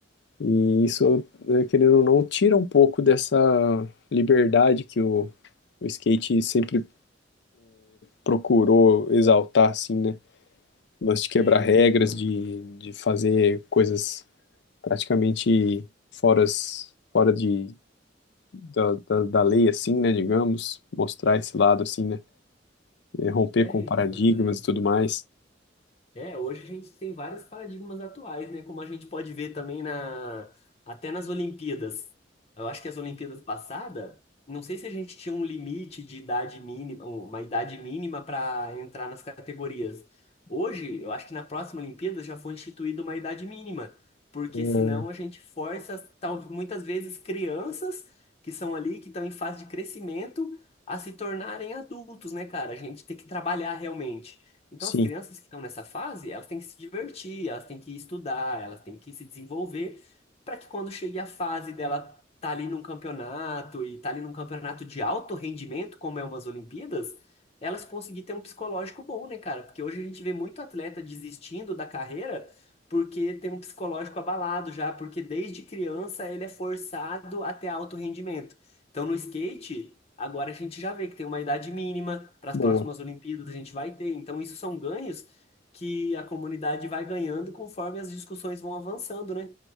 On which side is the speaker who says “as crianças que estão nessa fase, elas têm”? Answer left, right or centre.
Left